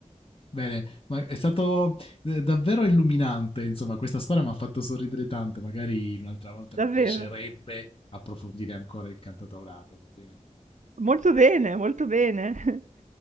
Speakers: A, on the left; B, on the right.
A: Bene, ma è stato eh, davvero illuminante, insomma, questa storia mi ha fatto sorridere tanto, magari un'altra volta
B: Davvero.
A: mi piacerebbe approfondire ancora il cantautorato, va bene?
B: Molto bene, molto bene. <laughs>